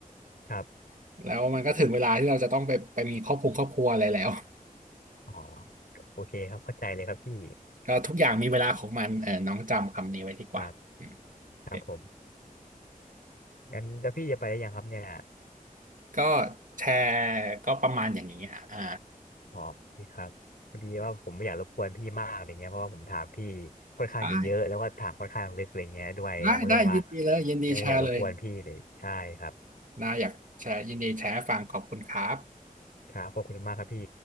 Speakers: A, on the left; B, on the right.
A: ครับ
B: แล้วมันก็ถึงเวลาที่เราจะต้องไปไปมีครอบครัวครอบครัวอะไรแล้ว
A: อ๋อโอเคครับเข้าใจเลยครับพี่
B: ก็ทุกอย่างมีเวลาของมันเออน้องจำคำนี้ไว้ดีกว่าอืมโอเค
A: ครับครับผมงั้นแล้วพี่จะไปได้ยังครับเนี่ย
B: ก็แชร์ก็ประมาณอย่างนี้ฮะอ่า
A: อ๋อโอเคครับพอดีว่าผมไม่อยากรบกวนพี่มากอะไรเงี้ยเพราะว่าผมถามพี่ค่อนข้างจะเยอะแล้วก็ถามค่อนข้างลึกอะไรเงี้ยด้วยผมก็เลยแบบว่า
B: ได้ได้ได้ยินดีเลยยินดีแชร์เลย
A: ไม่อยากรบกวนพี่เลยใช่ครับ
B: นาอยากแชร์ยินดีแชร์ให้ฟังขอบคุณครับ
A: ครับขอบคุณมากครับพี่